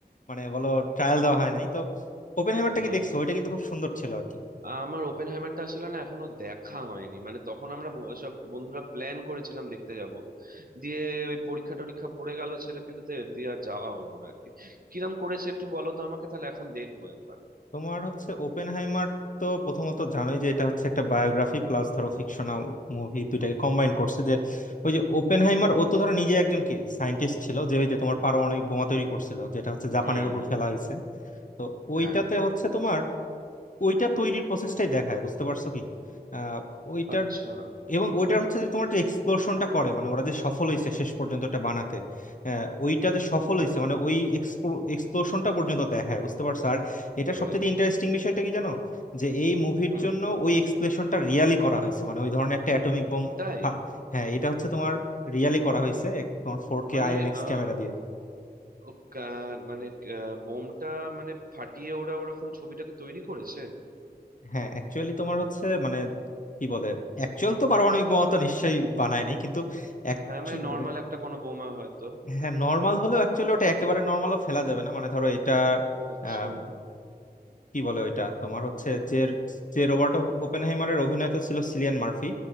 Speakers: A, on the left; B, on the right.
A: মানে বলো ট্রায়াল দেওয়া হয় নাই তো ওপেন হাইমারটা
B: হুম
A: কি দেখছো ওইটা কিন্তু খুব সুন্দর ছিল আর কি
B: আমার ওপেনহাইমারটা আসলে না এখনো দেখা হয়নি মানে তখন আমরা ব- সব বন্ধুরা প্ল্যান করেছিলাম দেখতে যাব দিয়ে ওই পরীক্ষা টরীক্ষা পড়ে গেল ছেলেপিলেদের দিয়ে আর যাওয়া হলো না আর কি কিরম করেছে একটু বলো তো আমাকে তাহলে এখন দেখবো একবার
A: তোমার হচ্ছে ওপেন হাইমার তো প্রথমত জানোই যে এটা হচ্ছে একটা বায়োগ্রাফি প্লাস ধরো ফিকশনাল মুভি দুইটাকে কম্বাইন করছে যে ওই যে ওপেন হাইমার ও তো ধরো নিজে একজন কি সায়েন্টিস্ট ছিল যে ওই যে তোমার পারমাণবিক বোমা তৈরি করছিল যেটা হচ্ছে জাপানের
B: হুম
A: উপর ফেলা হয়েছে তো ওইটাতে
B: হ্যাঁ
A: হচ্ছে তোমার ওইটা তৈরির প্রসেসটাই দেখায় বুঝতে পারছো কি আহ ওইটার
B: আচ্ছা
A: এবং ওইটার হচ্ছে যে তোমার যে এক্সপ্লোশনটা করে মানে ওরা যে সফল হয়েছে শেষ পর্যন্ত এটা বানাতে আহ, ওইটা যে সফল
B: হুম,
A: হয়েছে মানে ওই এক্সপ্লোশনটা পর্যন্ত দেখায় বুঝতে পারছো আর এটা
B: বাবারে
A: সবচেয়ে ইন্টারেস্টিং বিষয়টা কি জানো যে এই মুভির
B: হুম
A: জন্য ওই এক্সপ্লেশনটা রিয়ালি করা হয়েছে মানে ওই ধরনের একটা অ্যাটমিক বোম
B: তাই
A: হ্যাঁ এটা হচ্ছে তোমার রিয়ালি করা হয়েছে এক- তোমার ফোর কে
B: মানে
A: আইএমএক্স
B: আহ
A: ক্যামেরা দিয়ে
B: ও- ও কা- মানে আহ, বোমটা মানে ফাটিয়ে ওরা ওরকম ছবিটাকে তৈরি করেছে
A: হ্যাঁ অ্যাকচুয়ালি তোমার হচ্ছে মানে কি বলে অ্যাকচুয়াল তো পারমাণবিক বোমা তো নিশ্চয়ই বানায় নাই কিন্তু actu-
B: হ্যাঁ মানে নর্মাল একটা কোনো বোমা হয়তো
A: হ্যাঁ নর্মাল হলেও অ্যাকচুয়ালি ওটা একেবারে নর্মালও ফেলা যাবে না মানে ধরো এটা
B: আচ্ছা
A: আম, কি বলে ওইটা তোমার হচ্ছে যে যে রোবার্ট ওপেনহাইমারের অভিনেতা ছিল সিলিয়ান মার্ফি